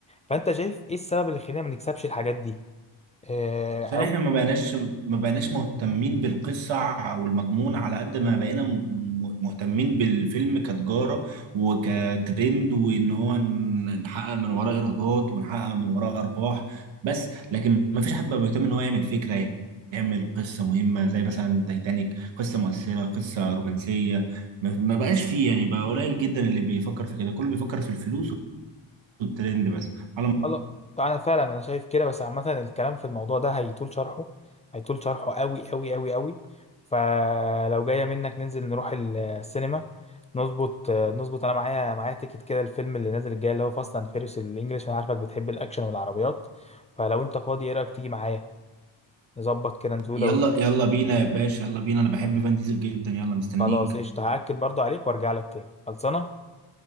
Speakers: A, on the left (about 15°); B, on the right (about 75°).
A: فانت شايف ايه السبب اللي يخلينا ما نكسبش الحاجات دي آه، او
B: عشان احنا ما بقيناش ما بقيناش مهتمين بالقصة والمضمون على قد ما بقينا م- مهتمين بالفيلم كتجارة وكترند وان هو ن- نحقق من وراه ايرادات ونحقق من وراه ارباح بس لكن ما فيش حد بقى بيهتم ان هو يعمل فكرة يعمل قصة مهمة زي مثلا تايتانيك قصة مؤثرة قصة رومانسية ما ما بقاش فيه يعني بقى قليل جدا اللي بيفكر في كده كله بيفكر في الفلوس والترند بس على
A: خلاص انا فعلا انا شايف كده بس عامه الكلام في الموضوع ده هيطول شرحه هيطول شرحه قوي قوي قوي قوي فلو جايه منك ننزل نروح ال- السينما نظبط آه، نظبط انا معايا معايا تيكت كده الفيلم اللي نازل الجاي اللي هو فاست اند فيريوس الانجليش انا عارفك بتحب الاكشن والعربيات فلو انت فاضي ايه رايك تيجي معايا نظبط كده نزوله
B: يلا
A: و-
B: يلا بينا يا باشا يلا بينا انا بحب فان ديزل جدا يلا مستنيك
A: خلاص قشطه هاكد برضو عليك وارجع لك تاني خلصانه